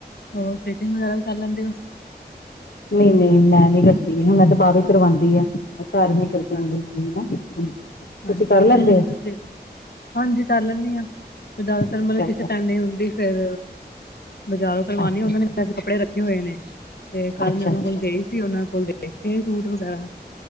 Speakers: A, on the left; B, on the left.
A: ਹੋਰ ਸਟਿਚਿੰਗ ਵਗੈਰਾ ਵੀ ਕਰ ਲੈਂਦੇ ਹੋ।
B: ਨਹੀਂ -ਨਹੀਂ ਮੈਂ ਨੀ ਕਰਦੀ ਮੈਂ ਤੇ ਬਾਹਰੋਂ ਹੀ ਕਰਵਾਉਂਦੀ ਹਾਂ ਧਾਰਮਿਕ ਦੀ
A: ਅੱਛਾ
B: ਵਰਤੋਂ ਬਿਲਕੁਲ, ਤੁਸੀਂ
A: ਹਾਂਜੀ
B: ਕਰ ਲੈਂਦੇ
A: ਨਹੀਂ ਮੈਂ ਜਿੱਥੇ
B: ਹੋ।
A: ਹਾਂਜੀ ਕਰ ਲੈਂਨੀ ਆ ਫ ਜ਼ਿਆਤਰ
B: ਅੱਛਾ
A: ਮਲਬ ਕਿਸੇ ਟਾਈਮ ਨਹੀਂ ਹੁੰਦੀ ਫੇਰ ਬਜ਼ਾਰੋਂ ਕਰਵਾਨੀ
B: ਅੱਛਾ
A: ਉਹਨਾਂ
B: ਅੱਛਾ
A: ਨੇ ਵੈਸੇ ਕੱਪੜੇ ਰੱਖੇ ਹੋਏ ਨੇ ਤੇ ਕੱਲ
B: ਅੱਛਾ
A: ਮੈਂ ਉਹਨਾਂ
B: ਅੱਛਾ ਅੱਛਾ
A: ਕੋਲ ਗਈ ਸੀ, ਉਹਨਾਂ ਕੋਲ ਦੇਖੇ ਸੂਟ ਵਗੈਰਾ